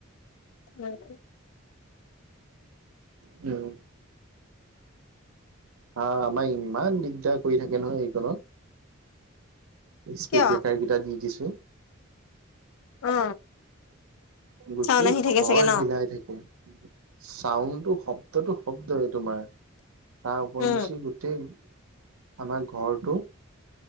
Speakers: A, on the left; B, on the right.
A: উম উম
B: উম হা আমাৰ ইমান দিগদাৰ কৰি থাকে নহয় এইকত স্পীড
A: কিয়
B: ব্ৰেকাৰ কেইটা দি দিছে।
A: অ
B: গোটেই
A: চাউন আহি থাকে
B: ঘৰ
A: চাগে ন
B: হিলাই থাকে চাউণ্ডটো শব্দটো শব্দৰে তোমাৰ তাৰ উপৰিঞ্চি
A: উম
B: গোটেই আমাৰ ঘৰটো